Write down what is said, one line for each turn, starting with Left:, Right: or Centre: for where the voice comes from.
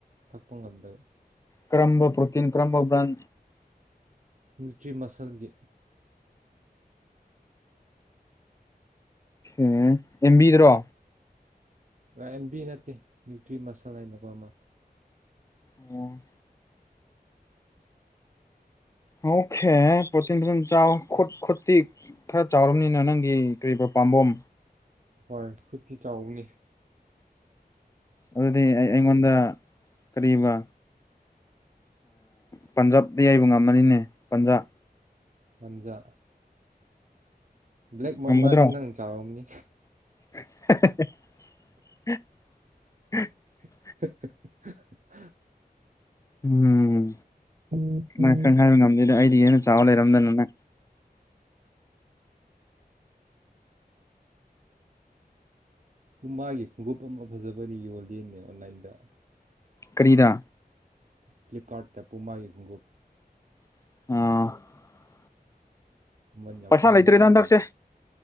Right: ꯊꯛꯄ ꯉꯝꯗꯕ
Left: ꯀ꯭ꯔꯝꯕ ꯄ꯭ꯔꯣꯇꯤꯟ ꯀ꯭ꯔꯝꯕꯕ꯭ꯔꯥꯟ
Right: ꯅ꯭ꯌꯨꯇ꯭ꯔꯤ ꯃꯁꯜꯒꯤ
Left: ꯦ ꯑꯦꯦꯝꯕꯤꯗ꯭ꯔꯣ
Right: ꯑꯦꯝ ꯕꯤ ꯅꯠꯇꯦ ꯅ꯭ꯌꯨꯇ꯭ꯔꯤ ꯃꯁꯜ ꯍꯥꯏꯅꯀꯣ ꯑꯃ
Left: ꯑꯣ ꯑꯣꯀꯦ ꯄꯣꯔꯣꯇꯤꯟ ꯐꯖ ꯆꯥꯎꯠ ꯈꯨꯣꯠꯇꯤ ꯈꯔ ꯆꯥꯎꯔꯕꯝꯅꯤꯅ ꯅꯪꯒꯤ ꯀ ꯄꯥꯝꯕꯝ
Right: ꯍꯣꯏ ꯐꯠꯇꯤ ꯆꯥꯎꯅꯤ
Left: ꯑꯗꯨꯗꯤ ꯑꯩ ꯑꯩꯉꯣꯟꯗ ꯀꯔꯤꯕ ꯄꯟꯖꯥꯕꯇ ꯌꯩꯕ ꯉꯝꯃꯅꯤꯅꯦ ꯄꯟꯖꯥꯕ
Right: ꯄꯟꯖꯥ ꯕ꯭ꯂꯦꯛ ꯃꯃꯃꯥꯗꯤ
Left: ꯉꯝꯒꯗ꯭ꯔꯣ
Right: ꯅꯪ ꯆꯥꯔꯣꯅꯤ
Left: <inaudible>
Right: <inaudible>
Left: ꯎꯝ
Right: ꯑꯦ,
Left: ꯃꯥꯏ ꯈꯪ ꯍꯥꯏꯕ ꯉꯝꯗꯦꯗ ꯑꯩꯗꯤ ꯍꯦꯟꯅ ꯆꯥꯎꯕ ꯂꯩꯔꯝꯗꯅꯅ
Right: ꯃꯥꯒꯤ ꯈꯣꯡꯎꯞ ꯑꯃ ꯐꯖꯕꯗꯤ ꯌꯣꯜꯂꯤꯦꯅꯦ ꯑꯣꯟꯂꯥꯏꯟꯗ ꯑꯁ
Left: ꯀꯔꯤꯗꯥ
Right: ꯐ꯭ꯂꯤꯞꯀꯥꯔꯠꯇ ꯄꯨꯃꯒꯤ ꯈꯣꯡꯎꯞ
Left: ꯑ
Right: ꯃꯃꯜ ꯌꯥꯝ
Left: ꯄꯩꯁꯥ
Right: ꯍꯣꯡꯅ
Left: ꯂꯩꯇ꯭ꯔꯦꯗ
Right: ꯌꯣꯜꯂꯤ
Left: ꯍꯟꯗꯛꯁꯦ